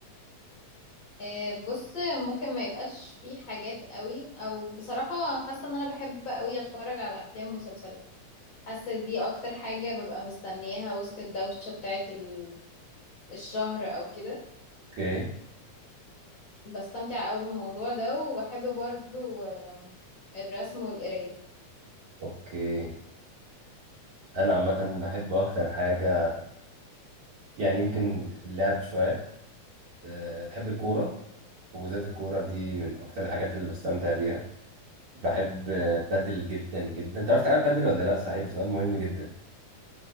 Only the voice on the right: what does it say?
اوكي
اوكي انا عامه بحب اكتر حاجه يعني يمكن اللعب شويه أه بحب الكوره وبالذات الكوره دي من اكتر الحاجات اللي بستمتع بيها بحب آه، بادل جدا جدا تعرف تلعب بادل ولا لا صحيح ده سؤال مهم جدا